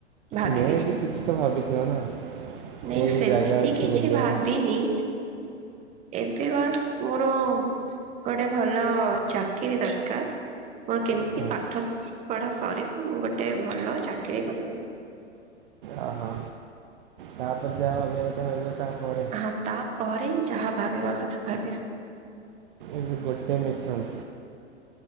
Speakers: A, on the right (about 20°); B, on the right (about 45°).
A: ଭାବିବି
B: ମେ ବି କିଛି ତ ଭାବିଥିବ ନା।
A: ନାଇଁ
B: ଏଇ ଏଇ
A: ସେମିତି
B: ଜାଗା ଅଛି
A: କିଛି
B: ବୁଲିବାକୁ।
A: ଭାବିନି। ଏବେ ବାସ୍ ମୋର ଗୋଟେ ଭଲ ଚାକିରୀ ଦରକାର। ମୋର କେମିତି
B: ଅ
A: ପାଠ ସ ପଢା ସରିଲେ ମୁଁ ଗୋଟେ ଭଲ ଚାକିରୀ କରିବି।
B: ଓ ହୋ ତାପରେ ଯାହା ଭାବିବା କଥା ଭାବିବ ତାପରେ
A: ହଁ ତାପରେ ଯାହା ଭାବିବା କଥା ଭାବିବି।
B: ଏବେ ଗୋଟେ ମିଶନ୍।